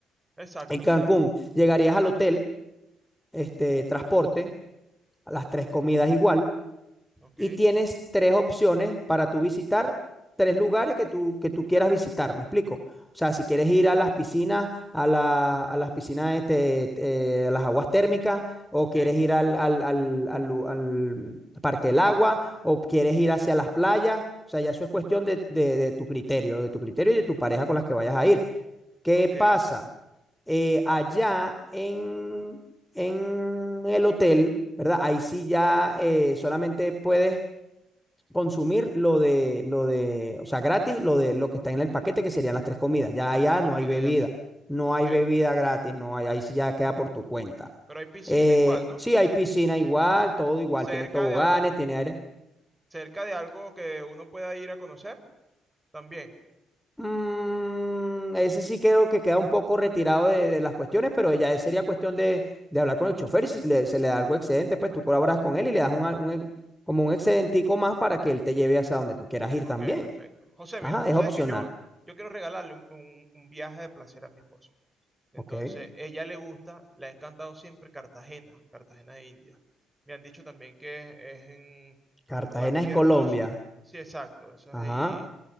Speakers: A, on the right; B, in the centre.
A: Exacto,
B: En Cancún
A: sí.
B: llegarías al hotel, este, transporte, las tres comidas igual,
A: Ok,
B: y tienes tres opciones para tú visitar, tres lugares que tú, que tú quieras visitar, ¿me explico? O sea, si quieres ir a las piscinas, a, la- a las piscinas, este, eh, a las aguas térmicas, o
A: ok,
B: quieres ir al, al, al- al lu- al Parque del Agua, o quieres ir hacia las playas, o sea, ya eso es cuestión de, de- de tu criterio, de tu criterio y de tu pareja con las que vayas a ir. ¿Qué
A: ok.
B: pasa? Eh, allá en, en el hotel, ¿verdad? Ahí sí ya eh, solamente puedes consumir lo de, lo de, o sea, gratis, lo de lo que está en el paquete, que serían las tres comidas. Ya
A: Las
B: allá
A: tres comidas,
B: no hay bebida,
A: ya. s-
B: no
A: Ok.
B: hay bebida gratis, no hay, ahí sí ya queda por tu cuenta.
A: Pero hay piscina
B: Eh,
A: igual, ¿no?
B: sí, hay piscina igual, todo igual,
A: Cerca
B: tiene toboganes,
A: de algún,
B: tiene aire.
A: cerca de algo que uno pueda ir a conocer, también.
B: Mm, ese sí creo que queda un poco retirado de, de las cuestiones, pero ya sería cuestión de, de hablar con el chofer y si le- se le da algo excedente, pues tú colaboras con él y le das un, un- ex- como un excedentico más para que él te lleve hasta donde tú quieras ir
A: Ok,
B: también.
A: perfecto. José, mira,
B: Ajá,
A: tú
B: es
A: sabes
B: opcional.
A: que yo, yo quiero regalarle un, un- un viaje de placer a mi esposa. Entonces,
B: Ok.
A: ella le gusta, le ha encantado siempre Cartagena, Cartagena de India. Me han dicho también que es, es en- es
B: Cartagena
A: un lugar muy
B: es
A: hermoso.
B: Colombia.
A: Sí, exacto, eso es
B: Ajá.
A: ahí